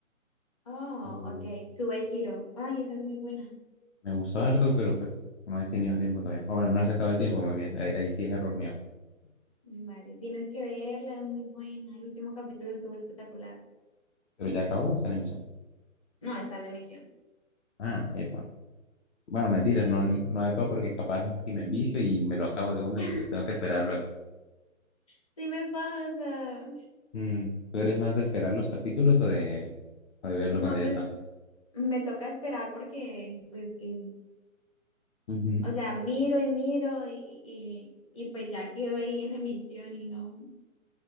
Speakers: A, on the left; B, on the left.
A: Oh,
B: Eh,
A: ok. Tuve giro. Ay, esa es muy buena.
B: me gustó harto, pero pues no he tenido tiempo todavía. Ah, bueno, no he sacado el tiempo, más bien. Ahí, ahí sí es error mío.
A: Vale, tienes que verla, es muy buena. El último capítulo estuvo espectacular.
B: Pero ya acabó esta emisión.
A: No, está en emisión.
B: Ah, epa. Bueno, mentira,
A: Sí,
B: no, no
A: sí.
B: epa porque capaz que me envicio y me lo acabo de una
A: <laughs>
B: y pues tengo que esperar luego.
A: Sí me pasa.
B: Mm, ¿Tú eres más de esperar los capítulos o de, o de verlo
A: No,
B: cuando ya
A: pues
B: está?
A: me toca esperar porque, pues que,
B: Ujú.
A: o sea, miro y miro y, y, y pues ya quedo ahí en emisión y no.